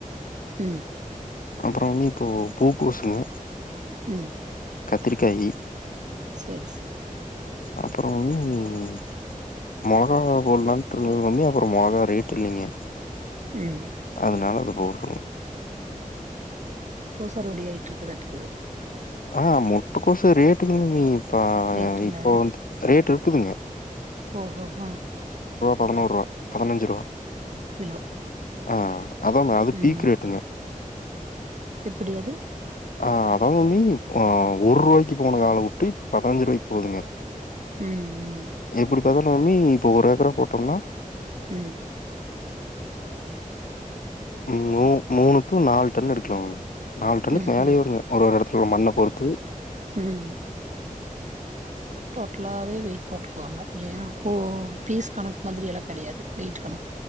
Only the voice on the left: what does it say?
அப்றோ நீபோ பூக்கோசுங்க
கத்திரிக்காயி
அப்புறம் ம் மொளகா போடலான்ட்டுருந்தேங்க அப்றோ மொளகா ரேட் டில்லைங்க
அத்னால அது போட்
ஆ மொட்டுக்கோசூ ரேட்டு கம்மி பா
இப்போ வந்துட் ரேட்டு குதுங்க
பதினோரூவா பதினஞ்சு ரூவா
ஆ அதாம அது
பீக் ரேட்டுங்க
ஆ அதாவ் நீ ஆ ஒரு ரூவாய்கு போன காலோ விட்டு இப்ப பதினஞ்சு ரூவாய்க்கு போகுதுங்க
எப்டிப் புரியல
இன்னும் மூணு டூ நாலு டன்னு எடுக்கலாமே நாலு டன்னுக்கு
மேலேயே
எடுத்துட்டு வர மண்ணை பொறுத்து